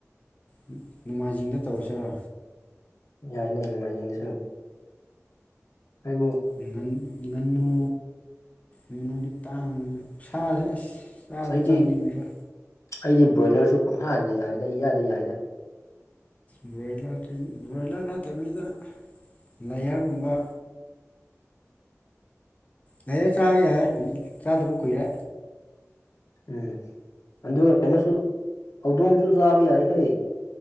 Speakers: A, on the left; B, on the left.
A: ꯎꯝ ꯅꯣꯡꯃꯥꯏꯖꯤꯡꯗ ꯇꯧꯔꯁꯤꯔ
B: ꯌꯥꯏꯅꯦ ꯅꯣꯡꯃꯥꯏꯖꯤꯡꯗꯁꯨ ꯑꯩꯕꯨ
A: ꯉꯟ ꯉꯥꯅꯨ ꯉꯥꯅꯨꯗꯤ ꯇꯥꯡꯉꯦ ꯁꯥꯁꯦ ꯑꯁ ꯆꯥꯗꯤ
B: ꯑꯁ ꯑꯩꯗꯤ
A: ꯆꯥꯅꯤꯡꯉꯦꯕ
B: ꯑꯩꯗꯤ ꯕ꯭ꯔꯣꯏꯂꯔꯁꯨ ꯄꯪꯌꯗ ꯌꯥꯏꯗ ꯏꯌꯥꯗ ꯌꯥꯏꯗ
A: ꯕ꯭ꯔꯣꯏꯂꯔꯗꯤ ꯕ꯭ꯔꯣꯏꯂꯔ ꯅꯠꯇꯕꯤꯗ ꯂꯥꯏꯌꯥꯔꯒꯨꯝꯕ ꯂꯩꯌꯔ ꯆꯥꯔꯁꯨ ꯌꯥꯏ ꯆꯥꯗꯕ ꯀꯨꯏꯔꯦ
B: ꯎꯝ ꯑꯗꯨꯒ ꯀꯩꯅꯣꯁꯨ ꯍꯧꯗꯣꯡꯁꯨ ꯆꯥꯕ ꯌꯥꯏꯍꯦ